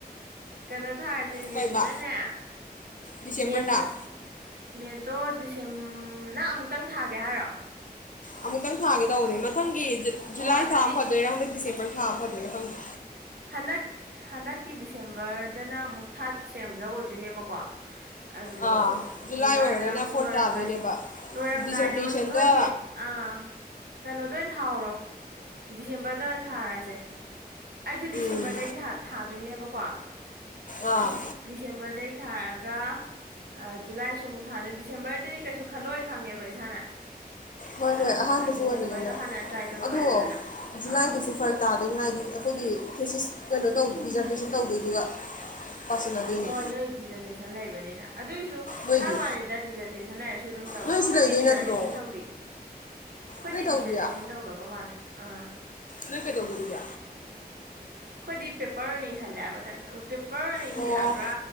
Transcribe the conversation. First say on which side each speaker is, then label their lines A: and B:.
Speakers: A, on the right; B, on the left.
A: ꯀꯩꯅꯣ ꯊꯥꯔꯁꯦ ꯅꯦꯠꯇꯨꯅꯥꯅꯦ
B: ꯀꯩꯕ ꯗꯤꯁꯦꯝꯕꯔꯗ
A: ꯅꯦꯠꯇꯨ ꯅꯠꯇꯣ ꯗꯤꯁ ꯑꯝ ꯅꯪ ꯑꯃꯨꯛ ꯇꯪ ꯊꯥꯒꯦ ꯍꯥꯏꯔꯣ
B: ꯑꯃꯨꯛꯇꯪ ꯊꯥꯒꯦ ꯇꯧꯕꯅꯦ ꯃꯊꯪꯒꯤ ꯖꯨꯨꯂꯥꯏ
A: ꯑꯣ ꯑꯗꯨꯗꯤ
B: ꯊꯥꯕꯅꯥ ꯐꯗꯣꯏꯔ ꯍꯗꯛ ꯗꯤꯁꯦꯝꯕꯔ ꯊ ꯐꯗꯣꯏꯔꯥ ꯈꯪꯗꯦ
A: ꯍꯟꯗꯛ ꯍꯟꯗꯛꯀꯤ ꯗꯤꯁꯦꯝꯕꯔꯗꯅ ꯑꯃꯨꯛ ꯊꯥꯔꯠ ꯁꯦꯝꯗ ꯑꯣꯏꯗꯣꯏ ꯅꯦꯕꯀꯣ ꯑꯗꯨ
B: ꯑꯥ ꯖꯨꯂꯥꯏ
A: ꯖꯨꯂꯥꯏꯗꯅ
B: ꯑꯣꯏꯔꯒꯅ
A: ꯑꯃꯨꯛ
B: ꯐꯣꯔꯠ
A: ꯂꯣꯏꯔꯝꯗꯥꯏ
B: ꯇꯥꯗꯣꯏꯅꯦꯕ
A: ꯂꯣꯏꯔꯝꯗꯥꯏꯗꯣ
B: ꯗꯤꯖꯔꯇꯦꯁꯟꯒ
A: ꯅꯣꯏꯒꯤ ꯑꯥ ꯀꯩꯅꯣꯗꯣ ꯑꯣꯏ ꯊꯥꯎꯔꯣ ꯗꯤꯁꯦꯝꯕꯔꯗ ꯑꯣꯏꯅ ꯊꯥꯔꯁꯦ ꯑꯩꯁꯨ ꯗꯤꯁꯦꯝꯕꯔꯗꯩꯗꯤ
B: ꯎꯝ
A: ꯊꯥꯗꯣꯏꯅꯦꯕꯀꯣ
B: ꯑꯥ
A: ꯗꯤꯁꯦꯝꯕꯔꯗꯒꯤ ꯊꯥ ꯀ ꯖꯨꯂꯥꯏꯁꯨ ꯑꯃꯨꯛ ꯊꯥꯗꯣꯏ ꯗꯤꯁꯦꯝꯕꯔꯗꯤ ꯀꯩꯁꯨ ꯈꯜꯂꯣꯏ ꯈꯪꯉꯦꯕ ꯏꯁꯥꯅ
B: ꯍꯣꯏ
A: ꯑꯗꯨꯒ
B: ꯍꯣꯏ ꯑꯍꯥꯟꯕꯁꯨ
A: ꯗꯤꯁꯦꯝꯕꯔꯗꯣ
B: ꯑꯣꯏꯕꯅꯤꯅ
A: ꯍꯥꯟꯅ ꯇ꯭ꯔꯥꯏ ꯇꯧꯊꯣꯛꯑꯦꯗꯅ
B: ꯑꯗꯣ ꯖꯨꯂꯥꯏꯗꯨꯁꯨ
A: ꯑꯥ
B: ꯐꯔꯛ ꯇꯥꯗꯣꯏꯅꯤ ꯍꯥꯏꯗꯤ
A: ꯑꯗꯨꯒ
B: ꯑꯩꯈꯣꯏ ꯒꯤ ꯊꯦꯁꯤꯁ ꯀꯩꯅꯣ ꯇꯧ ꯗꯤꯖꯥꯔꯇꯦꯁꯟ ꯇꯧꯗꯣꯏꯗꯨꯒ ꯄꯥꯁꯤꯟꯅꯗꯣꯏꯅꯤ
A: ꯍꯣꯏ ꯅꯣꯏ ꯗꯤꯖꯔꯇꯦꯁꯟ ꯂꯩꯕꯅꯤꯅ ꯑꯗꯨ ꯑꯣꯏꯁꯨ
B: ꯅꯣꯏꯗꯤ
A: ꯍꯥꯏꯕ ꯋꯅꯤꯗ ꯗꯤꯖꯔꯇꯦꯁꯟ ꯍꯥꯏꯔꯁꯨ ꯑꯗꯨꯝ ꯇꯧ
B: ꯅꯣꯏꯁꯨ
A: ꯑꯩꯈꯣꯏꯗꯤ
B: ꯂꯩꯗꯣꯏ
A: ꯗꯤꯖꯔꯇꯦꯁꯟ
B: ꯅꯠꯇ꯭ꯔꯣ
A: ꯇꯧꯗꯦ ꯑꯩꯈꯣꯏꯗꯤ
B: ꯅꯣꯏ ꯇꯧꯗꯤꯌꯥ
A: ꯗꯤꯖꯔꯇꯦꯁꯟ ꯇꯧꯗꯕ ꯃꯥꯜꯂꯦ ꯑꯥ ꯑꯩꯈꯣꯏꯗꯤ
B: ꯅꯣꯏ ꯀꯩꯗꯧꯕꯗꯨꯒꯤ
A: ꯄꯦꯄꯔ ꯑꯣꯏꯅ ꯏꯍꯜꯂꯦꯕ ꯀꯩꯅꯣ ꯄꯦꯄꯔ ꯑꯣꯏꯅ
B: ꯑꯣ
A: ꯏ ꯍꯥꯏꯕ